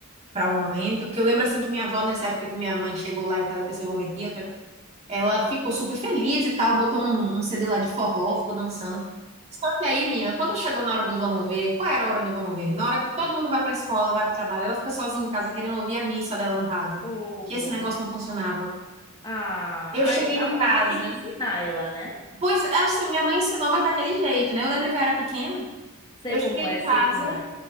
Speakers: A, on the right (about 30°); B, on the left (about 20°).
A: para o momento? Porque eu lembro assim que minha avó, nessa época que minha mãe chegou lá em casa com esse home Ela
B: Uhum.
A: ficou super feliz e tal, botou um, um CD lá de forró, ficou dançando. Só que aí, menina, quando chegou na hora do vamos ver, qual era a hora do vamos ver? Na hora que todo mundo vai pra escola, vai pro trabalho, ela fica sozinha em casa querendo ouvir a missa dela no rádio,
B: Oh.
A: que esse negócio não funcionava.
B: Ah,
A: Eu
B: ai,
A: cheguei em
B: al-
A: casa,
B: alguém tinha que ensinar ela, né?
A: pois assim, minha mãe ensinou, mas daquele jeito, né? Eu lembro que eu era pequena,
B: Sei
A: eu
B: como
A: cheguei em
B: é, sei
A: casa,
B: como é.